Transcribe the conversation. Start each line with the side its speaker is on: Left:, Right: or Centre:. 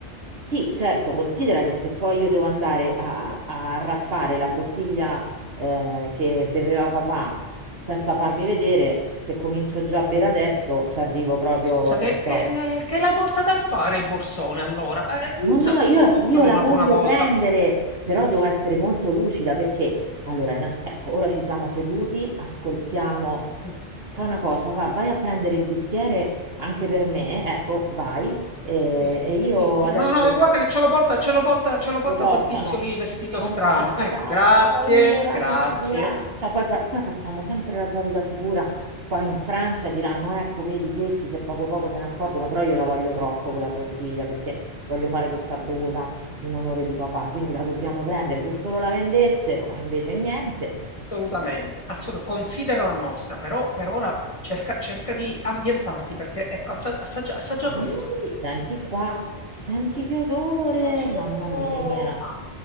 Right: Sì, certo, considera che se poi io devo andare a, a raffare la bottiglia eh, che beveva papà senza farmi vedere, se comincio già a bere adesso, ci arrivo proprio,
Left: Scusa,
Right: che
Left: che,
Right: so.
Left: che- che l'hai portata a fare il borsone allora? Eh, usalo,
Right: No, no, io,
Left: sfruttalo
Right: la io la
Left: una
Right: voglio
Left: buona volta.
Right: prendere,
Left: Eh,
Right: però devo essere molto lucida perché, allora, innan- ecco, ora ci siamo seduti, ascoltiamo.
Left: eh,
Right: Fa una cosa,
Left: sì.
Right: va, vai a prendere il bicchiere anche per me, ecco, vai, e,
Left: Sì,
Right: e io
Left: sì, sì.
Right: adesso
Left: No, no, guarda che ce lo porta, ce lo porta, ce lo porta
Right: lo portano.
Left: quel tizio lì vestito
Right: Oddio, come
Left: strano.
Right: sono agitata,
Left: Ecco, grazie,
Right: ho paura,
Left: grazie.
Right: che figuraccia. Poi, fa- poi facciamo sempre la solita figura. Qua in Francia diranno, ecco, vedi, questi se poco poco se ne accorgono, però io la voglio troppo quella bottiglia perché voglio fare questa bevuta in onore di papà, quindi la dobbiamo prendere. Se solo la vendessero, e invece niente.
Left: Assolutamente, assolut- Considera la nostra, però per ora cerca, cerca di ambientarti perché ecco, assa- assaggia, assaggia
Right: Mm,
Left: questo.
Right: senti
Left: Mm,
Right: qua, senti che odore,
Left: Profumo,
Right: mamma mia.
Left: ma